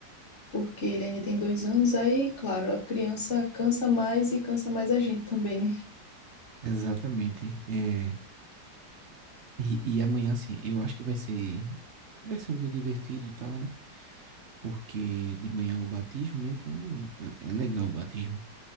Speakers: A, on the left; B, on the right.
A: Porque ele ainda tem dois anos, aí, claro, a criança cansa mais e cansa mais a gente também, né?
B: Exatamente. É, e, e amanhã, assim, eu acho que vai ser, vai ser um dia divertido e tal, né? Porque de manhã é o batismo, né? Então é é legal o batismo.